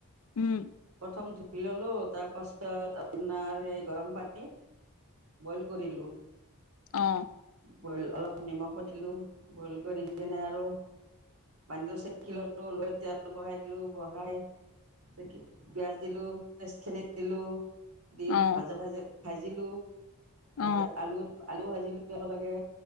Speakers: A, on the left; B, on the right.
A: উম
B: প্ৰথম ধু ললো তাৰপাছত আপোনাৰ সেই গৰম পানীত বইল কৰিলো।
A: অ।
B: বইল অলপ নিমখো দিলো, বইল কৰি কিনে আৰু পানীটো চেকি ললো লৈ তেল বহাই দিলোঁ বহাই ক পিঁয়াজ দিলোঁ, পেষ্টখিনিত দিলোঁ দি
A: অ
B: ভাজে ভাজে ভাজিলো। ভাজা
A: অ
B: আলুত আলু ভাজিলো একে লগে।